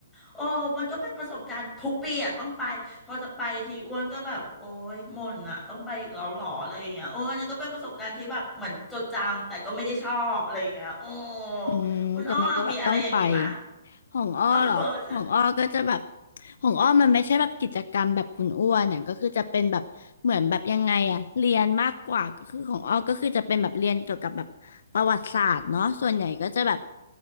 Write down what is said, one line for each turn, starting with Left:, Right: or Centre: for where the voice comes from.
Centre: โอ้มันก็เป็นประสบการณ์ทุกปีอ่ะต้องไปพอจะไปทีอ้วนก็แบบโอ้ยหม่นอ่ะต้องไปอีกแล้วหรออะไรอย่างเงี้ยโอ้อันนี่ก็เป็นประสบการณ์ที่แบบเหมือนจดจำแต่ก็ไม่ได้ชอบอะไรอย่างเงี้ยโอ้
Left: อืมแต่มันก็แบบต้องไป
Centre: คุณอ้อมมีอะไรอย่างงี้มะ
Left: ของอ้อเหรอของอ้อก็จะแบบ
Centre: เออใช่
Left: ของอ้อมันไม่ใช่แบบกิจกรรมแบบคุณอ้วนเนี่ยก็คือจะเป็นแบบเหมือนแบบยังไงอะเรียนมากกว่าก็คือของอ้อก็คือจะเป็นแบบเรียนเกี่ยวกับแบบประวัติศาสตร์เนาะส่วนใหญ่ก็จะแบบ